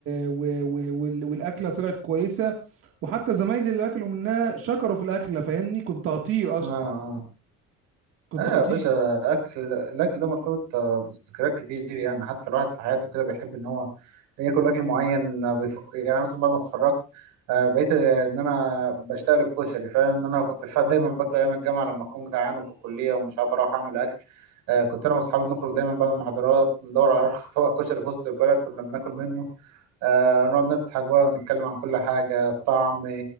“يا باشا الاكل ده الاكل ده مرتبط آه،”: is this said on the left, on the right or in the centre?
Right